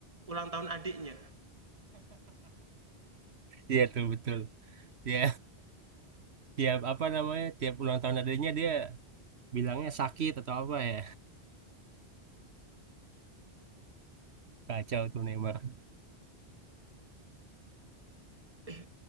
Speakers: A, on the right; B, on the right.
A: ulang tahun adiknya.
B: Iya tuh betul. Dia tiap apa namanya tiap ulang tahun adanya dia bilangnya sakit atau apa ya. Kacau tuh Neymar.
A: Eh,